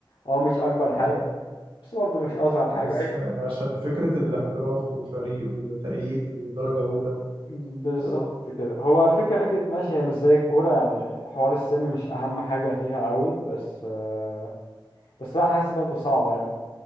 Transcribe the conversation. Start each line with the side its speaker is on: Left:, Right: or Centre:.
Left: اه مش اكبر حاجة
Right: مم.
Left: بس برضه مش اصغر حاجه
Right: بس
Left: هي
Right: عشان فكرة الاحتراف وفريق وتأييد ودرجة أولى
Left: بالظبط
Right: جو ده
Left: كده هو الفكره فكره ماشي هي مش زي الكوره يعني حوار السن مش اهم حاجه فيها قوي بس آه، بس لا حاسس برضه صعبه يعني